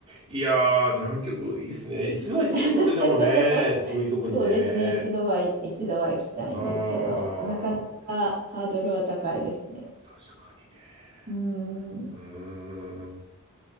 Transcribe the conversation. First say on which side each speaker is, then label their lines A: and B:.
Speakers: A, on the right; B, on the right.
A: いやー、南極いいっすね。一度は行きたいですよね、
B: <laughs>
A: でもね。そういうとこにね。
B: そうですね。一度は、一度は行きたいんですけど、
A: あー、
B: なかなかハードルは高いですね。
A: 確かにね。
B: うん。
A: うーん。